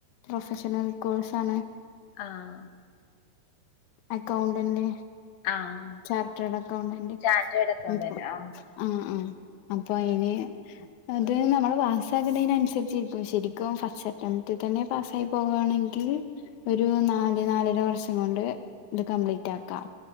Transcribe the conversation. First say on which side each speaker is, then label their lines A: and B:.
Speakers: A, on the left; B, on the left.
A: പ്രൊഫഷണൽ കോഴ്സാണ്
B: ആഹ്
A: അക്കൗണ്ടെന്റ്
B: ആഹ്
A: ചാർട്ടേഡ് അക്കൗണ്ടന്റ്
B: ചാറ്റേഡ് അക്കൗണ്ടന്റ്
A: ഉം ഇപ്പൊ
B: ആഹ്
A: ആഹ് ആഹ് അപ്പൊ ഇനീ അത് നമ്മള് പാസകുന്നതിനനുസരിച്ചിരിക്കും ശെരിക്കും ഫസ്റ്റ് അറ്റംപ്റ്റ് തന്നെ പാസ്സായി പോവാണെങ്കി ഒരു നാല് നാലര വർഷം കൊണ്ട് ഇത് കംപ്ലീറ്റ് ആക്കാം